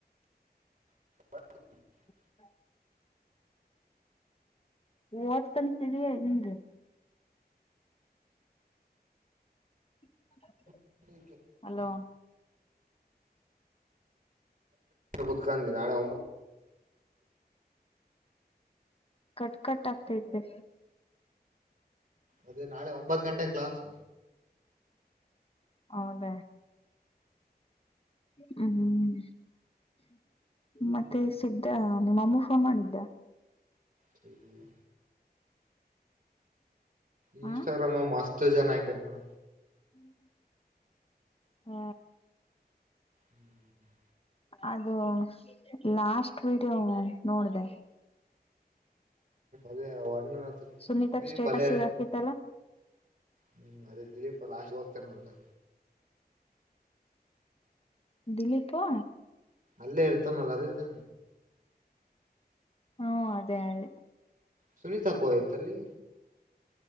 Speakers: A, on the right (about 55°); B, on the left (about 35°).
A: <inaudible>
B: <unintelligible> ಓದ್ಕಂತಿದೇ ಅಂದೆ <inaudible>
A: <inaudible>
B: ಹಲೋ.
A: ಕುತ್ಕೊಂಡೆ ನಳೆ ಒಂಬತ್ತು
B: ಕಟ್ ಕಟ್ ಆಗ್ತೈತೆ.
A: ಅದು ನಾಳೆ ಒಂಬತ್ ಗಂಟೆ ಕ್ಲಾಸ್.
B: ಹೌದ. ಹ್ಮ್. ಹ್ಮ್ ಮತ್ತೆ ಸಿದ್ದ ನಿಮ್ಮಮ್ಮೂ ಫೋನ್ ಮಾಡಿದ್ದ.
A: ಹ್ಮ್. ಇನ್ಸ್ಟಾಗ್ರಾಮ
B: ಹ
A: ಮಸ್ತು ಜಾನಯಕಖಾನ
B: ಹ್ಮ್. ಹ್ಮ.
A: <inaudible>
B: ಅದು ಲಾಸ್ಟ್ ವಿಡಿಯೋ ನೋಡ್ದ.
A: ಅದೇ ಅಣ್ಣನ ಹತ್ರ
B: ಸುನೀತಕ್
A: ದಿಲೀಪ್
B: ಸ್ಟೇಟಸ್
A: ಅಲ್ಲೇ ಇರ್ತ
B: ಈಗಾಕತಿತ್ತಲ್ಲ.
A: ಹ್ಮ್ ಅದೇ ದಿಲೀಪ ಲಾಸ್ ಹಕ್ತನಲ್ಲ.
B: ದಿನಕ್ಕೆ
A: ಇಲ್ಲೇ ಇರ್ತಾನಲ್ಲ ಅದ ಇರ್ತಾನ
B: ಹ್ಮ ಅದೇ ಅದೇ.
A: ಸುನಿತಾ ಕೋಯತಲ್ಲಿ